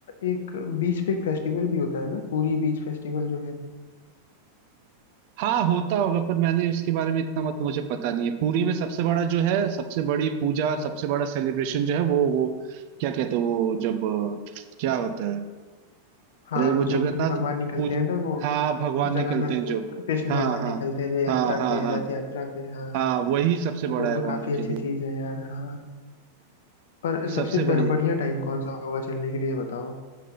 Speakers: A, on the left; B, on the right.
A: एक बीच पे एक फेस्टिवल भी होता है ना पूरी बीच फेस्टिवल जो है
B: हाँ होता होगा पर मैंने उसके बारे में इतना मतलब मुझे पता नहीं है पुरी में सबसे बड़ा जो है सबसे बड़ी पूजा और सबसे बड़ा सेलिब्रेशन जो है वो वो क्या कहते हैं वो जब अ, क्या होता है
A: हाँ
B: अरे वो
A: जो
B: जगन्नाथ
A: भगवान निकलते
B: पूज
A: हैं ना वो
B: हाँ भगवान निकलते
A: जगन्नाथ
B: हैं जो
A: जो कृष्ण
B: हाँ
A: भगवान
B: हाँ
A: निकलते हैं जो यात्रा
B: हाँ हाँ
A: पे
B: हाँ
A: रथ यात्रा पे हाँ
B: हाँ
A: हाँ
B: वही सबसे बड़ा
A: हाँ, वो
B: है
A: तो
B: वहां
A: काफी अच्छी
B: के लिए
A: चीज है यार हाँ पर सबसे
B: सबसे
A: ब-
B: बड़ी
A: बढ़िया टाइम कौन सा होगा चलने के लिए ये बताओ